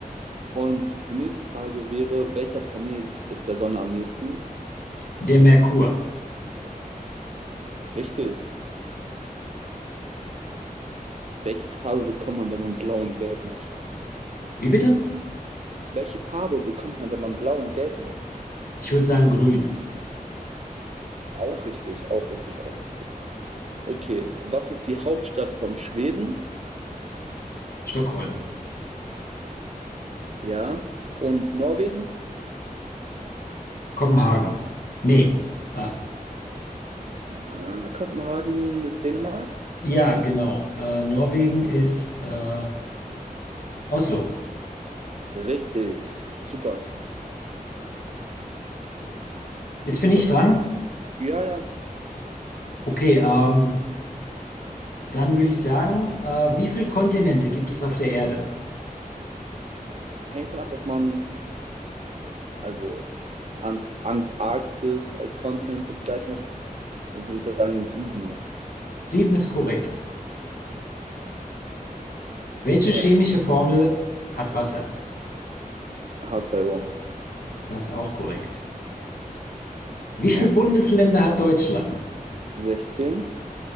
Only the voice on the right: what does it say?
und die nächste Frage wäre, welcher Planet ist der Sonne am nächsten?
Richtig. Welche Farbe bekommt man, wenn man blau und gelb mischt?
Welche Farbe bekommt man, wenn man blau und gelb mischt?
Auch richtig, auch richtig, auch richtig. Okay, was ist die Hauptstadt von Schweden?
Ja. Und Norwegen?
Äh, Kopenhagen ist Dänemark?
Richtig, super.
Hast,
ja, ja,
hängt von ab, ob man also Ant Antarktis als Kontinent bezeichnet. Sonst würde ich sagen sieben.
Ja,
h zwei o
Ja,
16.